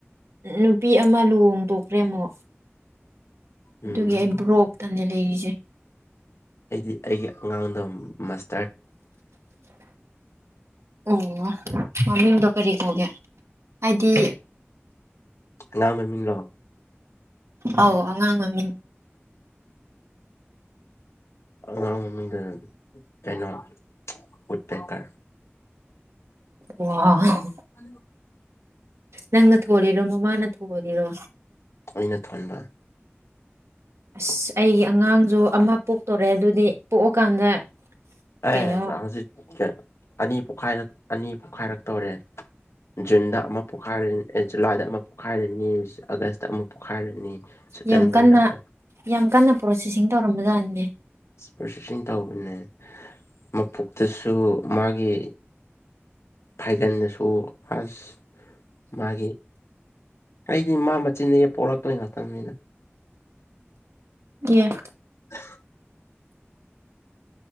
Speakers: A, on the right; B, on the left.
A: ꯅꯨꯄꯤ ꯑꯃ ꯂꯨꯍꯣꯡ ꯇꯣꯛꯈ꯭ꯔꯦꯃꯣ
B: ꯎꯝ
A: ꯑꯗꯨꯒꯤ ꯑꯩ ꯕ꯭ꯔꯣꯛꯇꯟꯅꯦ ꯂꯩꯔꯤꯁꯦ
B: ꯑꯩꯗꯤ ꯑꯩꯒꯤ ꯑꯉꯥꯡꯗꯣ ꯃꯁ
A: ꯑꯣ ꯃꯃꯤ ꯍꯗ ꯀꯔꯤ ꯇꯒꯦ ꯑꯩꯗꯤ
B: ꯀ ꯃꯃꯤꯡꯂꯣ
A: ꯑꯥꯎ ꯑꯉꯥꯡꯉꯥꯡ ꯃꯤ
B: <inaudible> ꯑꯗꯅ ꯎꯠꯦꯀꯥ
A: ꯋꯥꯎ꯫
B: ꯫
A: ꯅꯪꯅ ꯊꯣꯜꯂꯤꯔꯣ ꯃꯃꯥꯅ ꯊꯣꯜꯂꯤꯔꯣ꯫
B: ꯑꯩꯅ ꯊꯣꯟꯕ
A: ꯑꯁ ꯑꯩꯒꯤ ꯑꯉꯥꯡꯁꯨ ꯑꯃ꯫ ꯄꯣꯛꯇꯣꯔ‌ꯦ ꯑꯗꯨꯗꯤ ꯄꯣꯛꯑꯀꯥꯟꯗ꯫
B: ꯑꯦ
A: ꯀꯩꯅꯣ
B: ꯍꯧꯖꯤꯛ ꯑꯅꯤ ꯄꯣꯛꯈꯥꯏꯔ ꯑꯅꯤ ꯄꯣꯛꯈꯥꯏꯔꯛꯇꫭꯔꯦ꯫ ꯖꯨꯟꯗ ꯑꯃ ꯄꯣꯛꯈꯥꯏꯔ ꯑ‌ꯦ ꯖꯨꯂꯥꯏꯗ ꯑꯃ ꯄꯣꯛꯈꯥꯏꯔꯅꯤ ꯑꯥꯒꯁꯇ ꯑꯃ ꯄꯣꯛꯈꯥꯏꯔꯅꯤ꯫ ꯁꯦꯞꯇꯦꯝꯕꯔꯗ
A: ꯌꯥꯝ ꯀꯟꯅ
B: ꯑꯃꯨꯛ
A: ꯌꯥꯝ ꯀꯟꯅ ꯄ꯭ꯔꯣꯁꯦꯁꯤꯡ ꯇꯧꯔꯝꯕꯖꯥꯠꯅꯤꯅꯦ꯫
B: ꯄ꯭ꯔꫭꯁꯦꯁꯤꯡ ꯇꯧꯕꯅꯦ ꯃꯄꯨꯛꯇꯁꯨ ꯃꯥꯒꯤ꯫ ꯐꯩꯒꯟꯗꯁꯨ ꯑꯁ ꯃꯥꯒꯤ꯫ ꯑꯩꯗꯤ ꯃꯥ ꯃꯆꯤꯟꯗꯒꯤ ꯄꯣꯛꯂꯛꯇꯣꯏ ꯅꯠꯇꯝꯅꯤꯅ꯫
A: ꯌꯦ꯫
B: ꯫